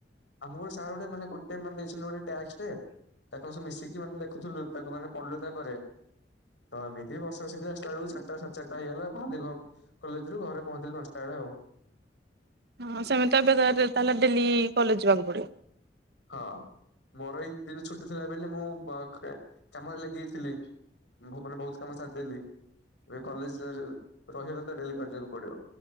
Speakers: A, on the left; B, on the right.
A: ଆମକୁ ସାର୍ ଗୋଟେ ମାନେ ଗୋଟେ ମାନେ ଦେଇଛନ୍ତି ଗୋଟେ ଟାସ୍କ ଟେ ତାକୁ ସବୁ ମିଶିକି ମାନେ ଲେଖୁଥିଲୁ ତାକୁ ମାନେ ପଢିଲୁ ତାପରେ ତ ଏମତି ବର୍ଷା ସେଠି ଆସିଲାବେଳକୁ ଚାରଟା ସାଢେ ଚାରିଟା। ହେଇଗଲା ବାହାରିଲି କଲେଜରୁ ଘରେ ପହଞ୍ଚିଲି ପାଞ୍ଚଟା ବେଳେ ଆଉ।
B: ହଁ ସେମିତି ଏବେ ତାହେଲେ ତାହାଲେ ଡେଲି କଲେଜ ଯିବାକୁ ପଡିବ।
A: ହଁ ମୋର ଏଇ ଦିନ ଛୁଟି ଥିଲାବୋଲି ବ ମୁଁ କାମରେ ଲାଗିଯାଇଥିଲି। ଭୁବନରେ ବହୁତ କାମ ସାରିଦେଲି ଏବେ କଲେଜରେ ରହିବା କଥା ତ ଡେଲି କରିବାକୁ ପଡିବ।